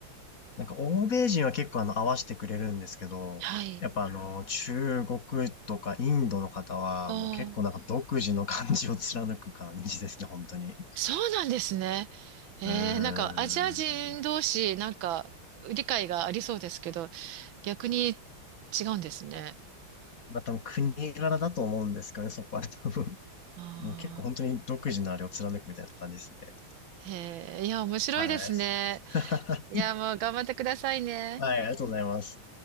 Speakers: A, on the left; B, on the right.
A: なんか欧米人は結構あの合わせてくれるんですけど、
B: はい。
A: やっぱあの中国とかインドの方はもう結構なんか独自の感じを貫く感じですね、
B: ああ、
A: 本当に。
B: そうなんですね。えー、
A: うーん。
B: なんか、アジア人同士、なんか、理解がありそうですけど、逆に違うんですね。
A: まあ多分国柄だと思うんですけどね、そこは多分。
B: ああ、
A: もう結構本当に独自のあれを貫くみたいな感じですね。
B: へえ、いや、面白いですね。
A: はい。<laughs>
B: いや、もう頑張ってくださいね。
A: はい、ありがとうございます。